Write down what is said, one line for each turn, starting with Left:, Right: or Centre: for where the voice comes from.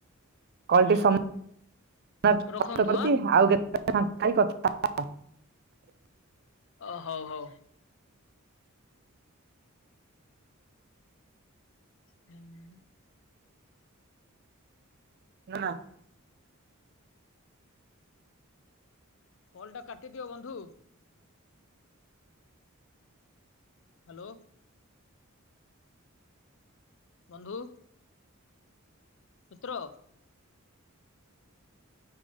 Right: କଲ
Left: ହୁଁ
Right: ଟି ସମାପ୍ତ
Left: ରଖନ୍ତୁ
Right: କରୁଚି,
Left: ଆଁ
Right: ଆଉକେତେବେଳ ଫାଙ୍କା ହେଇ କଥା ହବା।
Left: ଅ ହଉ ହଉ। ହୁଁ।
Right: ନା।
Left: କଲ ଟା କାଟିଦିଅ ବନ୍ଧୁ? ହ୍ୟାଲୋ। ବନ୍ଧୁ। ମିତ୍ର।